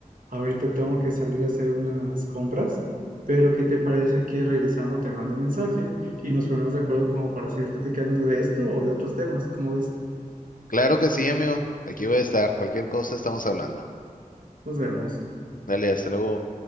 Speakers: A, on the right; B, on the left.
A: Ahorita tengo que salir a hacer unas compras, pero ¿qué te parece que regresando te mando un mensaje y nos ponemos de acuerdo como para seguir platicando de esto o de otros temas? ¿Cómo ves?
B: Claro que sí, amigo. Aquí voy a estar. Cualquier cosa estamos hablando.
A: Nos vemos.
B: Dale, hasta luego.